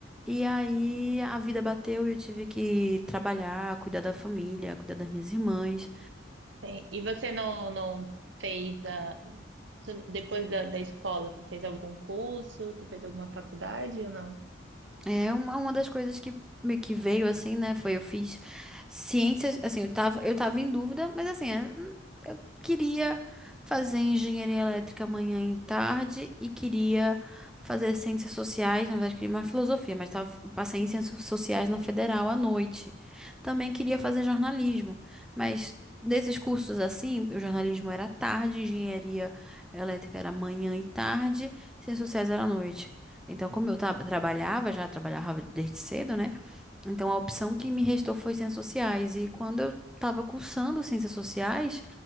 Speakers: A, in the centre; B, on the right (about 70°).
A: E aí a vida bateu e eu tive que trabalhar, cuidar da família, cuidar das minhas irmãs.
B: Sim. E você não, não fez a, tu- depois da, da escola, tu fez algum curso, tu fez alguma faculdade ou não?
A: É uma, uma das coisas que, me- que veio assim, né? Foi eu fiz ciências, assim, eu tava, eu tava em dúvida, mas assim, é, hum, eu queria fazer engenharia elétrica amanhã e tarde e queria fazer ciências sociais, na verdade, queria mais filosofia, mas tava, passei em ciências sociais na federal à noite. Também queria fazer jornalismo, mas desses cursos assim, o jornalismo era à tarde, engenharia elétrica era manhã e tarde, ciências sociais era à noite. Então, como eu tra- trabalhava, já trabalhava desde cedo, né? Então, a opção que me restou foi ciências sociais. E quando eu estava cursando ciências sociais,